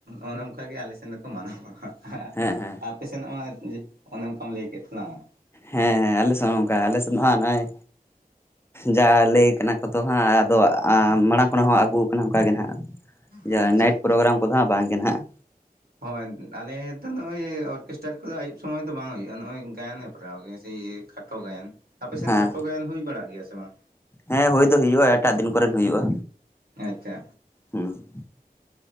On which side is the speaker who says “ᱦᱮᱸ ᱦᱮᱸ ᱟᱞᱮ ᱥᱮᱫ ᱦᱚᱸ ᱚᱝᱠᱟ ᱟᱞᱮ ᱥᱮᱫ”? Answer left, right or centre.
Left